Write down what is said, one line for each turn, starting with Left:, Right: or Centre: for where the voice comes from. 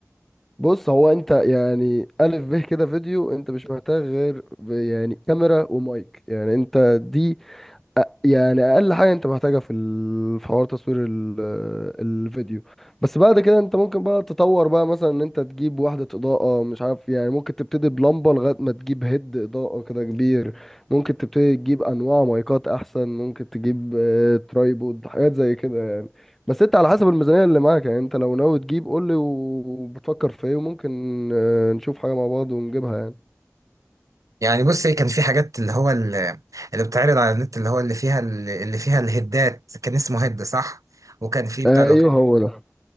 Centre: بص هو انت يعني الف به كده فيديو انت مش محتاج غير ب- يعني كاميرا ومايك يعني انت دي يعني اقل حاجه انت محتاجها في ال- في حوار تصوير ال- الفيديو بس بعد كده انت ممكن بقى تطور بقى مثلا ان انت تجيب وحده اضاءه مش عارف يعني ممكن تبتدي بلمبه لغايه ما تجيب هيد اضاءه كده كبير ممكن تبتدي تجيب انواع مايكات احسن ممكن تجيب آه، ترايبود حاجات زي كده يعني بس انت على حسب الميزانيه اللي معاك يعني انت لو ناوي تجيب قول لي وبتفكر في ايه وممكن آه، نشوف حاجه مع بعض ونجيبها يعني
Right: يعني بص ايه كان في حاجات اللي هو ال- اللي بتعرض على النت اللي هو اللي فيها ال- اللي فيها الهدات كان اسمه هد صح وكان في بتاع
Centre: آه،
Right: ده
Centre: ايوه هو ده